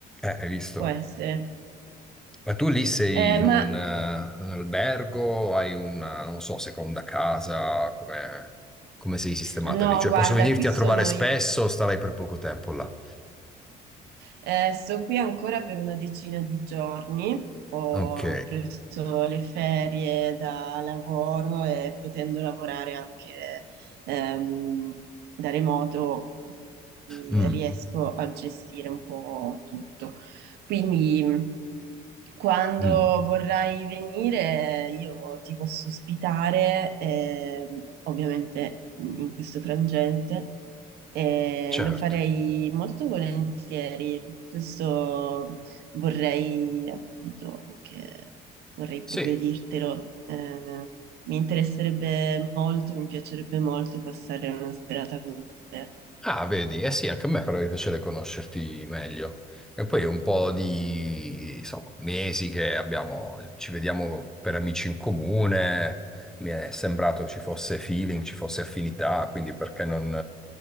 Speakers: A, in the centre; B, on the right (about 75°).
A: Eh, hai visto?
B: può essere.
A: Ma tu lì sei
B: Eh,
A: in
B: ma
A: un, eh, un albergo, hai una, non so, seconda casa, come come sei sistemata
B: no,
A: lì? Cioè
B: guarda,
A: posso venirti
B: qui sono
A: a trovare spesso
B: i-
A: o starai per poco tempo là?
B: Eh, sto qui ancora per una decina di giorni. Ho
A: Ok.
B: preso le ferie da lavoro e potendo lavorare anche ehm, da remoto, quindi
A: Mm,
B: riesco a gestire un po' tutto. Quindi mh, quando
A: mm,
B: vorrai venire, io ti posso ospitare, ehm, ovviamente in questo frangente e
A: certo.
B: lo farei molto volentieri. Questo vorrei appunto che vorrei
A: Sì,
B: proprio dirtelo. Eh, mi interesserebbe molto, mi piacerebbe molto passare una serata con te.
A: Ah, vedi, eh sì, anche a me farebbe piacere conoscerti meglio. E poi è un po' di, insomma, mesi che abbiamo, ci vediamo per amici in comune, mi è sembrato ci fosse feeling, ci fosse affinità, quindi perché non